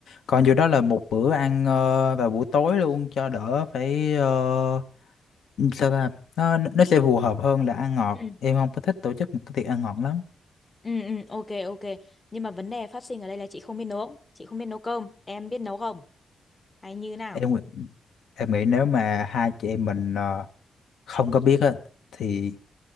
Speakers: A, on the left; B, on the left.
A: còn dù đó là một bữa ăn ờ, vào buổi tối luôn cho đỡ phải ờ, sao ta nó nó sẽ phù hợp hơn là ăn ngọt
B: Ừ.
A: em không có thích tổ chức một cái tiệc ăn ngọt lắm
B: Ừ, ừ, ok, ok. Nhưng mà vấn đề phát sinh ở đây là chị không biết nấu, chị không biết nấu cơm, em biết nấu không? Hay như thế nào?
A: em Em nghĩ nếu mà hai chị em mình ờ, không có biết á thì